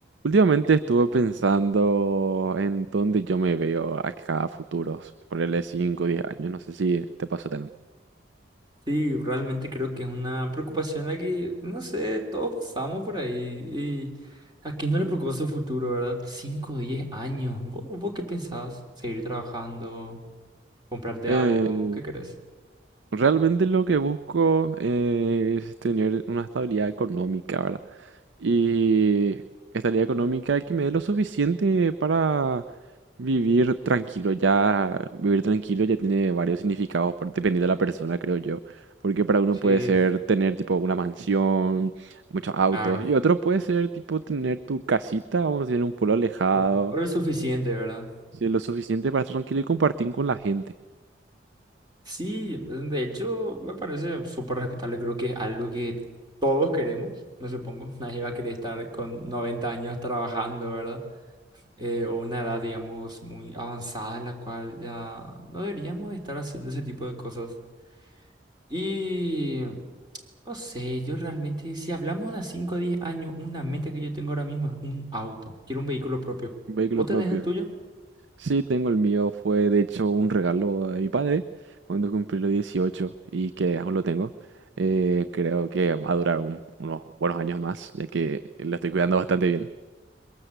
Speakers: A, on the right; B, on the right.
A: Últimamente estuve pensando en dónde yo me veo acá a futuros, ponerle 5 o 10 años, no sé si te pasó tan.
B: Sí, realmente creo que es una preocupación la que, no sé, todos pasamos por ahí. Y a quién no le preocupa su futuro, ¿verdad? cinco 10 años. ¿Vos, vos qué pensás? ¿Seguir trabajando? ¿Comprarte
A: Eh,
B: algo? ¿Qué querés?
A: realmente lo que busco eh, es tener una estabilidad económica, ¿verdad? y estabilidad económica que me dé lo suficiente para vivir tranquilo. Ya vivir tranquilo ya tiene varios significados por- dependiendo de la persona, creo yo. Porque para uno puede
B: Sí,
A: ser tener tipo una mansión, muchos autos,
B: claro.
A: y otro puede ser tipo tener tu casita, vamos a decir, en un pueblo alejado,
B: O, o lo suficiente, ¿verdad?
A: ser lo suficiente para estar tranquilo y compartir con la gente,
B: Sí, de hecho, me parece súper respetable. Creo que es algo que todos queremos, me supongo. <laughs> Nadie va a querer estar con 90 años trabajando, ¿verdad? eh, o una edad, digamos, muy avanzada en la cual ya no deberíamos de estar haciendo ese tipo de cosas. Y no sé, yo realmente, si hablamos de 5 a 10 años, una meta que yo tengo ahora mismo es un auto. Quiero un vehículo propio.
A: un vehículo
B: ¿Vos
A: propio.
B: tenés el tuyo?
A: Sí, tengo el mío. Fue de hecho un regalo de mi padre cuando cumplí los 18 y que aún lo tengo. Eh, creo que va a durar un- unos buenos años más, ya que lo estoy cuidando bastante bien.